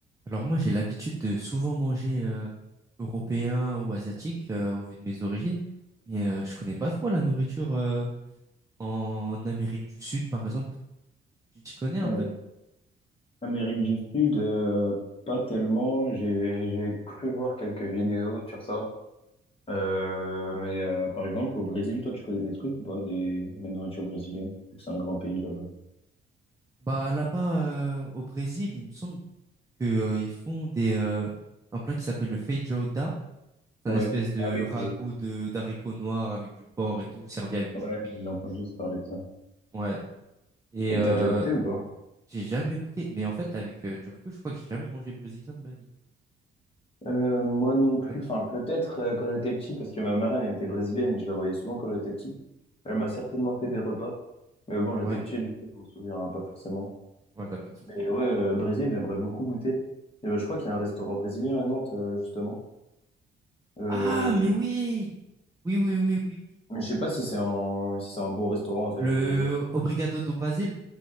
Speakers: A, on the right; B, on the left.
A: Alors moi, j'ai l'habitude de souvent manger euh, européen ou asiatique euh, au vu de mes origines, mais euh, je connais pas trop la nourriture euh, en Amérique du Sud, par exemple. Tu t'y connais un
B: Euh,
A: peu?
B: Amérique du Sud, euh, pas tellement. J'ai j'ai cru voir quelques vidéos sur ça. Euh, mais euh, par exemple, au Brésil, toi, tu connais des trucs ou pas, des, la nourriture brésilienne, vu que c'est un grand pays là-bas.
A: Bah là-bas, euh, au Brésil, il me semble que euh, ils font des euh, un plat qui s'appelle le feijoada. C'est
B: Ouais.
A: un espèce de
B: Ah oui,
A: ragoût
B: j'ai-
A: de d'haricots noirs avec du porc et tout, servi avec
B: ouais,
A: du riz,
B: j'ai entendu
A: du chou.
B: se parler de ça.
A: Ouais. Et
B: Et
A: euh,
B: t'as déjà goûté ou pas?
A: j'ai jamais goûté, mais en fait, avec euh, du recul, je crois que j'ai jamais mangé brésilien de ma vie.
B: Euh, moi non plus,
A: Ça me
B: enfin
A: dit rien.
B: peut-être euh, quand j'étais petit, parce que ma marraine elle était brésilienne et je la voyais souvent quand j'étais petit. Elle m'a certainement fait des repas, mais bon, j'étais
A: Ouais.
B: petit, du coup, je m'en souviens pas forcément.
A: Ouais, t'as pas de souvenir.
B: Et ouais, euh, Brésil, j'aimerais beaucoup goûter. Et ben, je crois qu'il y a un restaurant brésilien à Nantes, euh, justement. Euh,
A: Ah, mais oui! Oui, oui, oui, oui, oui.
B: mais je sais pas si c'est un, si c'est un bon restaurant, en fait.
A: Le
B: Je, je-
A: Obrigado do Brasil?